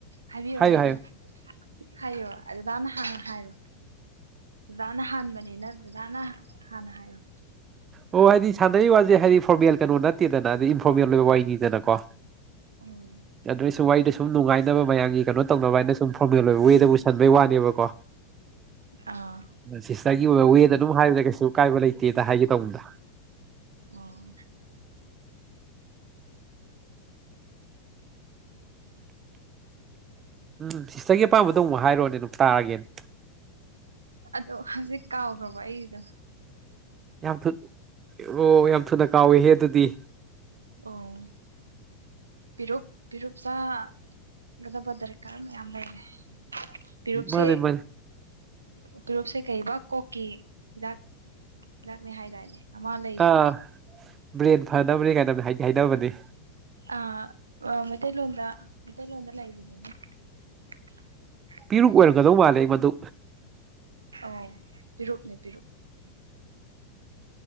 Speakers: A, on the right; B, on the right.
A: ꯍꯥꯏꯕꯤꯌꯣ
B: ꯍꯥꯏꯌꯨ
A: ꯍꯥꯏꯕꯤꯌꯨ
B: ꯍꯥꯏꯌꯨ
A: ꯍꯥꯏꯌꯣ ꯗꯥꯗꯥꯅ ꯍꯥꯟꯅ ꯍꯥꯏꯌꯣ ꯖꯥꯅ ꯍꯥꯟꯕꯅꯤꯅ ꯖꯥꯅ ꯍꯥꯟꯅ ꯍꯥꯏꯌ
B: ꯑꯣ ꯍꯥꯏꯗꯤ ꯁꯥꯟꯅꯔꯤ ꯋꯥꯁꯦ ꯍꯥꯏꯗꯤ ꯐꯣꯔꯃꯦꯜ ꯀꯩꯅꯣ ꯅꯠꯇꯦꯗꯅ ꯍꯥꯏꯗꯤ ꯏꯟꯐꯣꯔꯃꯦꯜ ꯑꯣꯏꯕ ꯋꯥꯅꯤꯗꯅꯀꯣ
A: ꯎꯝ꯫
B: ꯑꯗꯨꯏ ꯁꯨꯝ ꯋꯥꯔꯤꯗ ꯁꯨꯝ ꯅꯨꯡꯉꯥꯏꯅꯕ ꯃꯌꯥꯝꯒꯤ ꯀꯩꯅꯣ ꯇꯧꯅꯕ ꯍꯥꯏꯅ ꯁꯨꯝ ꯐꯣꯔꯃꯦꯜ ꯑꯣꯏꯕ ꯋꯦꯗ ꯄꯨꯁꯟꯕꯩ ꯋꯥꯅꯦꯕꯀꯣ꯫
A: ꯑꯥ꯫
B: ꯁꯤꯁꯇꯔꯒꯤ ꯑꯣꯏꯕ ꯋꯦꯗ ꯑꯗꯨꯝ ꯍꯥꯏꯕꯗ ꯀꯩꯁꯨ ꯀꯥꯏꯕ ꯂꯩꯇꯦꯗ ꯍꯥꯏꯒꯦ ꯇꯧꯕꯅꯤꯗ꯫
A: ꯑꯣ꯫
B: ꯎꯝ ꯁꯤꯁꯇꯔꯒꯤ ꯑꯄꯥꯝꯕꯗꯣ ꯑꯃꯨꯛ ꯍꯥꯏꯔꯣꯅꯦ ꯑꯗꯨꯝ ꯇꯥꯔꯒꯦꯅꯦ꯫
A: ꯑꯗꯣ ꯍꯧꯖꯤꯛ ꯀꯥꯎꯈ꯭ꯔꯕ ꯑꯩꯗꯣ꯫
B: ꯌꯥꯝ ꯊꯨ ꯑꯣ ꯌꯥꯝ ꯊꯨꯅ ꯀꯥꯎꯋꯦꯍꯦ ꯑꯗꯨꯗꯤ꯫
A: ꯑꯣ꯫ ꯄꯤꯔꯨꯞ ꯄꯤꯔꯨꯞ ꯆꯥ ꯒꯗꯕ ꯗꯔꯀꯥꯔ ꯃꯌꯥꯝ ꯂꯩꯔꯦ꯫ ꯄꯤꯔꯨꯞꯁꯦ
B: ꯃꯥꯅꯦ ꯃꯥꯅꯦ
A: ꯄꯤꯔꯨꯞꯁꯦ ꯀꯩꯕꯥ ꯀꯣꯛꯀꯤ ꯍꯤꯗꯥꯛ ꯗꯥꯛꯅꯦ ꯍꯥꯏꯗꯥꯏꯅꯦ꯫ ꯑꯃ ꯂꯩꯕꯗꯣ
B: ꯑꯥ ꯕ꯭ꯔꯦꯟ ꯐꯅꯕꯅꯦ ꯀꯥꯏꯗꯅꯦꯗꯤ ꯍꯥꯏꯅꯕꯅꯤ꯫
A: ꯑ ꯃꯇꯩ ꯂꫭꯟꯗꯥ ꯃꯩꯇꯩ ꯂꯣꯟꯗ ꯂꯩꯕꯅꯤꯅꯦ꯫ <inaudible>
B: ꯄꯤꯔꯨꯛ ꯑꯣꯏꯔꯒꯗꯧ ꯃꯥꯜꯂꯦ ꯃꯗꯨ꯫
A: ꯑꯥꯎ ꯄꯤꯔꯨꯨꯞꯅꯦ ꯄꯤꯔꯨꯨꯞ꯫